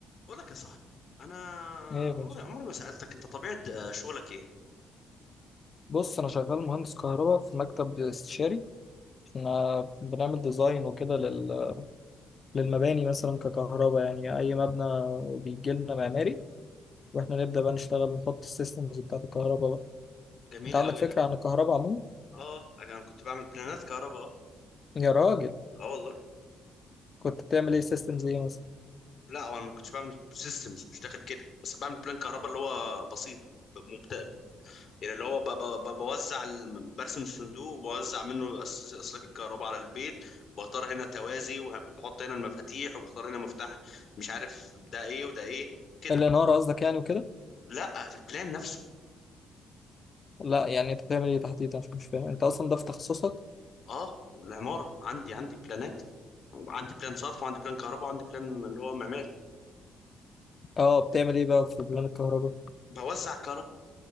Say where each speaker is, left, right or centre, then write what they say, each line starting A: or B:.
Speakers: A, on the left (about 55°); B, on the left (about 40°).
A: بقول لك يا صاحبي انا
B: ايه يا
A: عمري
B: باشا
A: عمري ما سالتك انت طبيعه آه، شغلك ايه
B: بص انا شغال مهندس كهرباء في مكتب استشاري احنا بنعمل ديزاين وكده لل... للمباني مثلا ككهرباء يعني اي مبنى بيجي لنا معماري واحنا نبدا بقى نشتغل نحط السيستمز بتاعت الكهرباء بقى
A: جميل
B: انت عندك
A: قوي
B: فكره
A: ده
B: عن الكهرباء عموما
A: اه انا كنت بعمل بلانات كهرباء اه
B: يا راجل
A: اه والله
B: كنت بتعمل ايه سيستمز ايه مثلا
A: لا انا ما كنتش بعمل سيستمز مش داخل كده بس بعمل بلان كهرباء اللي هو بسيط ب- مبت... يعني اللي هو ب... ب... ب... بوزع ال... برسم الصندوق وبوزع منه أس... اسلاك الكهرباء على البيت واختار هنا توازي وبحط هنا المفاتيح وبختار هنا مفتاح مش عارف ده ايه وده ايه كده
B: الاناره قصدك يعني وكده
A: لا في البلان نفسه
B: لا يعني انت بتعمل ايه تحديدا مش مش فاهم انت اصلا ده في تخصصك
A: اه العمارة عندي عندي بلانات عندي بلان صرف وعندي بلان كهرباء وعندي بلان اللي هو معماري
B: اه بتعمل ايه بقى في بلان الكهرباء
A: بوزع الكهرباء